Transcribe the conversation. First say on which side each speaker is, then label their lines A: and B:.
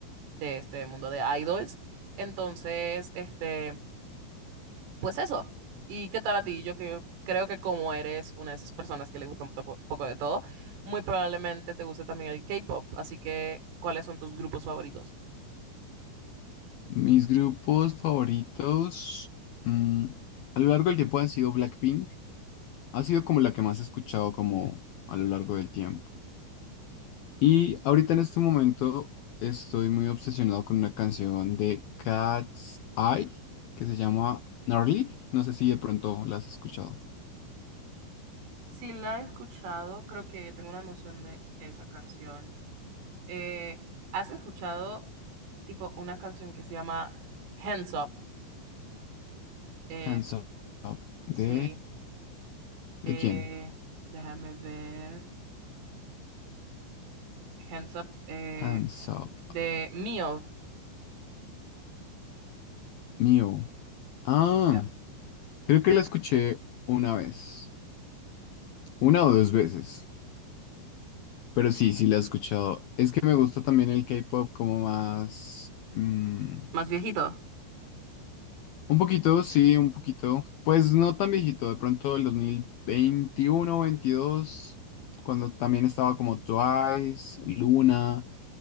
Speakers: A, on the right; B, on the left.
A: de este mundo de idols. Entonces, este, pues eso. ¿Y qué tal a ti? Yo que, creo que como eres una de esas personas que le gusta un poco, poco de todo, muy probablemente te guste también el K-pop. Así que, ¿cuáles son tus grupos favoritos?
B: Mis grupos favoritos mm, a lo largo del tiempo han sido Blackpink. Ha sido como la que más he escuchado como a lo largo del tiempo. Y ahorita en este momento estoy muy obsesionado con una canción de Cat's Eye que se llama Gnarly. No sé si de pronto la has escuchado.
A: Sí, la he escuchado, creo que tengo una noción de esa canción. Eh, ¿has escuchado tipo una canción que se llama Hands Up? Es,
B: Hands Up. ¿De,
A: sí,
B: de
A: eh,
B: quién?
A: déjame ver. Hands Up eh,
B: Hands Up.
A: de Mio,
B: Mío. Ah,
A: ya.
B: creo que la escuché una vez. Una o dos veces. Pero sí, sí la he escuchado. Es que me gusta también el K-pop como más... mm,
A: Más viejito.
B: Un poquito, sí, un poquito. Pues no tan viejito, de pronto el 2021 22 cuando también estaba como Twice, Luna,